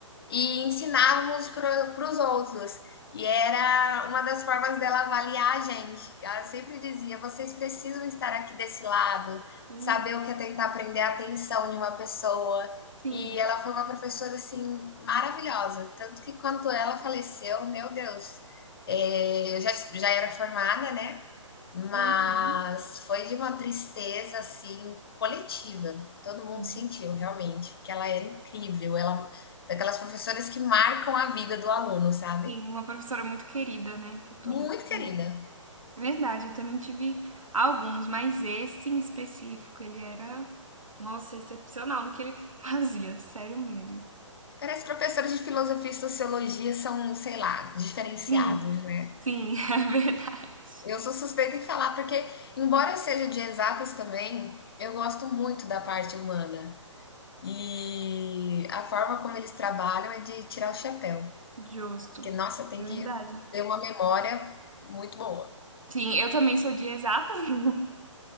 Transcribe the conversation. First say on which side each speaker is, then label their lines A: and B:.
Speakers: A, on the left; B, on the right.
A: e ensinávamos para os outros. E era uma das formas dela avaliar a gente. Ela sempre dizia: vocês precisam estar aqui desse lado,
B: Uhum.
A: saber
B: No-
A: o que é tentar prender a atenção de uma pessoa.
B: Sim.
A: E ela foi uma professora assim maravilhosa. Tanto que quando ela faleceu, meu Deus, é, eu já, já era formada, né? Mas
B: Uhum.
A: foi de uma tristeza assim coletiva. Todo mundo
B: Sim,
A: sentiu realmente, porque ela era incrível, ela daquelas professoras que marcam a vida do aluno, sabe?
B: Sim, uma professora muito querida, né? Por todo
A: Muito querida.
B: mundo. É. Verdade, eu também tive alguns, mas esse em específico, ele era, nossa, excepcional no que ele <laughs> fazia, sério mesmo.
A: Parece que professores de filosofia e sociologia são, sei lá, diferenciados,
B: Sim,
A: né?
B: sim, <laughs> é verdade.
A: Eu sou suspeita em falar porque, embora eu seja de exatas também, eu gosto muito da parte humana. E a forma como eles trabalham é de tirar o chapéu.
B: Justo.
A: Porque, nossa, tem
B: É
A: que
B: verdade.
A: ter uma memória muito boa.
B: Sim, eu também sou de exatas. <laughs>